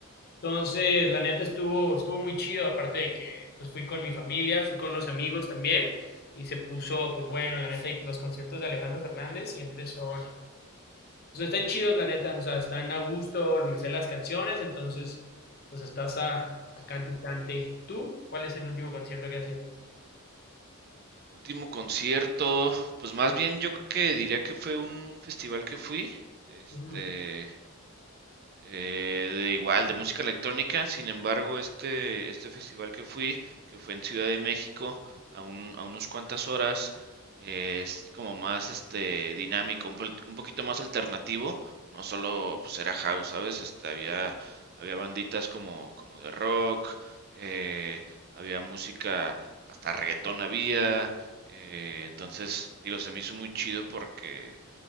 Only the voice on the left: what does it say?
entonces, la neta estuvo, estuvo muy chido, aparte de que pues fui con mi familia, fui con unos amigos también, y se puso, pues bueno, la neta, y los conciertos de Alejandro Fernández siempre son, o sea, están chidos, la neta, o sea, están a gusto, me sé las canciones, entonces, pues estás a, a cante y cante. ¿Tú cuál es el último concierto que has ido?
Ujú,